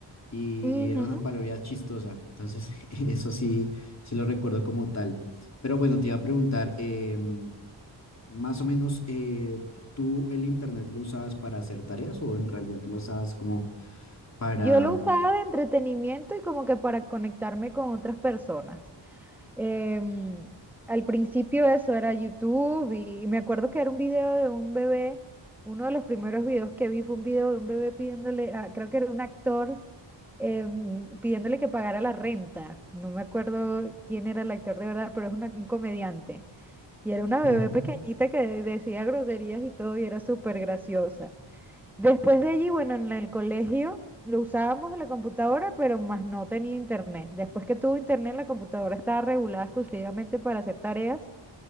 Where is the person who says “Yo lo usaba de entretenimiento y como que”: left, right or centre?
Centre